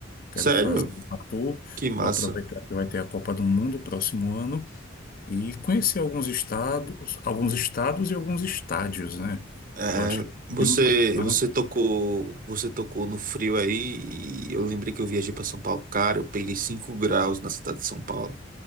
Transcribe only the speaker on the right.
Sério?
Que massa.
É,
você,
você tocou, você tocou no frio aí, e eu lembrei que eu viajei para São Paulo, cara, eu peguei 5 graus na cidade de São Paulo.